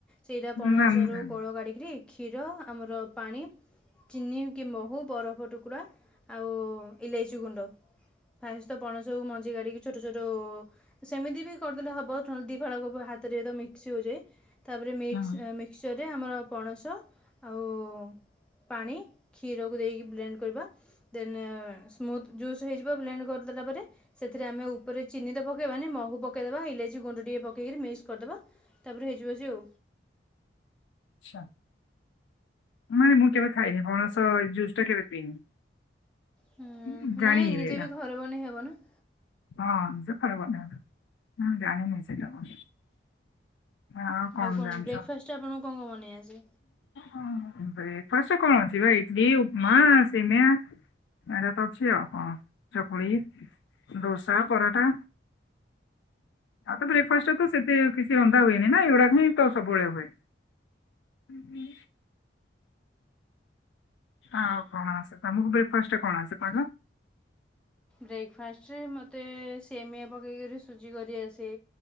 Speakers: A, in the centre; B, on the left.
A: ସେଇଟା ପଣସରୁ
B: ନା ମୁଁ ଜାଣିନି।
A: କୋଳ କାଢ଼ିକରି କ୍ଷୀର ଆମର ପାଣି ଚିନି କି ମହୁ ବରଫ ଟୁକୁଡ଼ା ଆଉ ଇଲେଇଚି ଗୁଣ୍ଡ ଫାଷ୍ଟ ତ ପଣସରୁ ମଞ୍ଜି କାଢିକି ଛୋଟ-ଛୋଟ ସେମିତି ବି କରିଦେଲେ ହବ ଦି ଫାଳ ହାତରେ ମିକ୍ସି ହଇଯାଏ ତାପରେ ମିକ୍ସି
B: ହଁ
A: ମିକ୍ସି। ଚରେ ଆମର ପଣସ ଆଉ ପାଣି ଖିର କୁ ଦେଇିକି। ବ୍ଲେଣ୍ଡ କରିବା ଦେନ୍ ସ୍ମୁଥ୍ ଜୁସ୍ ହୋଇଯିବ ବ୍ଲେଣ୍ଡ କରିଦେଲା ପରେ। ସେଥିରେ ଆମେ ଉପରେ ଚିନି ତ ପକାଇବାନି ମହୁ ପକେଇଦବା ଇଲାଇଚି ଗୁଣ୍ଡ ଟିକ ପକେଇକି ମିକ୍ସ କରିଦବା। ତାପରେ ହେଇଯିବ <inaudible> ଆଉ।
B: ଆଛା ମାନେ ମୁଁ କେବେ ଖାଇନି ପଣସ ଜୁସ୍ ଟା କେବେ ପିଇନି।
A: ହୁଁ
B: ମୁଁ ଜାଣିନି
A: ନାଇଁ ନିଜେ
B: ଏଇଟା
A: ବି ଘରେ ବନେଇ ହବ ନା।
B: ହଁ ଖରାବର ନା ଜାଣି ନାଇଁ ସେ ତମ। ହ କଣ
A: ଆଉ
B: ଜାଣିଛ?
A: ବ୍ରେକଫାଷ୍ଟ ଆପଣଙ୍କୁ କ'ଣ କ'ଣ ବନେଇ ଆସେ
B: ହଁ <inaudible> କଣ ଅଛି ଇିଟିଲି ଉପମା ସିମିଆ। ଏଟା ତ ଅଛି ଆଉ କଣ ଚକୁଳି ଦୋସା ପରଟା। ଆଉ ତ ବ୍ରେକ୍ଫାଷ୍ଟଟରେ ତ ସେମିନ୍ତି କିଛି ରନ୍ଧା ହୁଏନି ନା ଏଗୁଡାକ ହିଁ ତ ସବୁବେଳେ ହୁଏ। ହୁଁ। ଆଉ କଣ ଆସେ ତମକୁ ବ୍ରେକ୍ଫାଷ୍ଟଟରେ କଣ ଆସେ <inaudible>
A: ବ୍ରେକ୍ଫାଷ୍ଟରେ ମୋତେ ସେମିଆ ପକେଇକରି ସୁଜି କରିଆସେ।